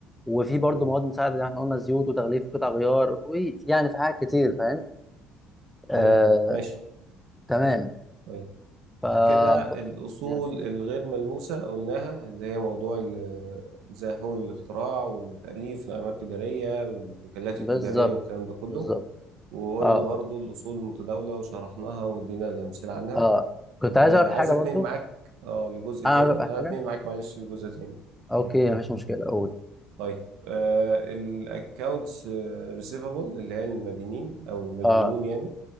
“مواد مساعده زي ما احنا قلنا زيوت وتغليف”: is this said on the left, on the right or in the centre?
Centre